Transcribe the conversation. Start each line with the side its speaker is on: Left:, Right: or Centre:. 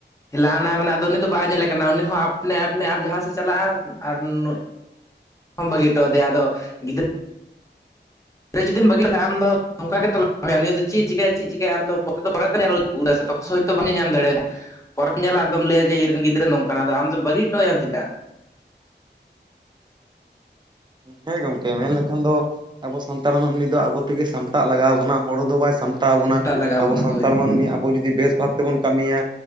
Left: ᱦᱮᱞᱟᱭᱱᱟᱭ ᱢᱟᱱᱮ ᱟᱫᱚ ᱩᱱᱤ ᱫᱚ, ᱵᱟᱭ ᱧᱮᱞᱮ ᱠᱟᱱᱟ ᱩᱱᱤ ᱟᱯᱱᱮ ᱟᱯᱱᱮ ᱡᱟᱦᱟᱸ ᱥᱮᱫ ᱪᱟᱞᱟᱜᱼᱟ, ᱟᱨ ᱱᱩᱭ ᱦᱸᱢ ᱵᱟᱜᱤ ᱦᱚᱴᱚ ᱟᱫᱮᱭᱟ ᱟᱫᱚ ᱜᱤᱫᱽᱨᱟᱹ ᱨᱮ ᱡᱩᱫᱤᱢ ᱵᱟᱹᱜᱤ ᱠᱷᱟᱱ ᱟᱢᱫᱚ ᱚᱱᱠᱟᱜᱮ ᱛᱞᱟᱣ ᱦᱩᱭᱩᱜᱼᱟ, ᱱᱤᱭᱟᱹ ᱪᱤᱠᱟᱭ ᱪᱮᱫ ᱪᱮᱟᱭ ᱟᱢ ᱯᱚᱛ ᱫᱚ ᱯᱚᱨᱮᱛᱮ ᱧᱮᱞᱩᱟᱭ ᱥᱮ ᱛᱚᱠᱷ <unintelligible> ᱵᱟᱢ ᱧᱮᱧᱟᱢ ᱫᱟᱲᱮᱭᱟᱫᱟ ᱯᱚᱨᱮᱢ ᱧᱮᱞᱟ, ᱟᱫᱚᱢ ᱞᱟᱹᱭᱟ ᱡᱮ ᱤᱧ ᱨᱮᱱ ᱜᱤᱫᱽᱨᱟᱹ ᱱᱚᱝᱠᱟᱱᱟ ᱟᱢ ᱫᱚ ᱵᱟᱹᱜᱤ ᱦᱚᱴᱚ ᱟᱭᱟᱢ ᱪᱮᱫᱟᱜ᱾
Right: ᱦᱮᱸ ᱜᱚᱢᱠᱮ ᱢᱮᱱᱞᱠᱷᱟᱱ ᱫᱚ ᱟᱵᱚ, ᱥᱟᱱᱛᱟᱲ ᱢᱟᱱᱢᱤ ᱫᱚ ᱟᱵᱚ ᱛᱮᱜᱮ ᱥᱟᱢᱴᱟᱜ ᱞᱟᱜᱟᱣ ᱵᱚᱱᱟ, ᱦᱚᱲ ᱫᱚ ᱵᱟᱭ ᱥᱟᱢᱴᱟ ᱦᱟᱛᱟᱣ ᱵᱚᱱᱟ
Left: ᱥᱟᱢᱴᱟᱜ ᱞᱟᱜᱟᱣ
Right: ᱟᱵᱚ
Left: ᱵᱚᱱᱟ
Right: ᱥᱟᱱᱛᱟᱲ
Left: ᱦᱳᱭ
Right: ᱢᱟᱹᱱᱢᱤ ᱟᱵᱚ, ᱡᱩᱫᱤ ᱵᱮᱥ ᱵᱷᱟᱵᱽ ᱛᱮᱵᱚᱱ ᱠᱟᱹᱢᱤᱭᱟ